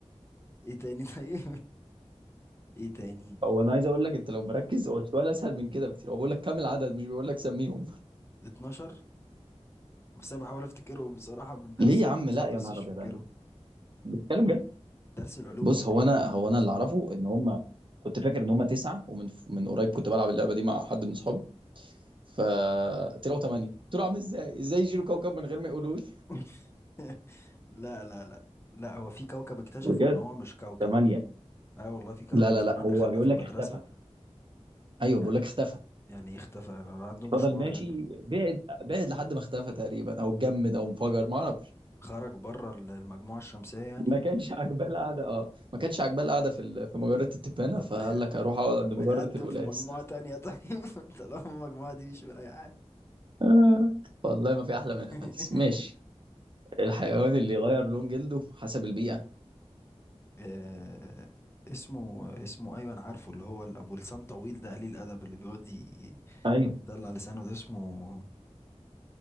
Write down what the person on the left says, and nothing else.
ايه تاني <laughs> طيب ايه تاني
12 بس انا بحاول افتكرهم بصراحة من درس
الدراسات
بس
مش
فاكرهم
درس العلوم
ولا
ايه
اللي جاب
دراسات
<laughs> لا لا لا لا هو في كوكب اكتشفوا
ان هو مش كوكب
اه والله في كوكب
زمان
اخدناه
في المدرسة
يعني
يعني إيه اختفى أنا عنده مشوار
يعني
خرج بره ال- المجموعة الشمسية يعني
طب
ما ي...
ما
يقدم
في مجموعة تانية طيب <laughs> طالما المجموعة دي مش مريحة
<laughs>
آه، اسمه اسمه ايوه انا عارفه اللي هو ابو لسان طويل ده قليل الادب اللي بيقعد ي-
يطلع لسانه ده اسمه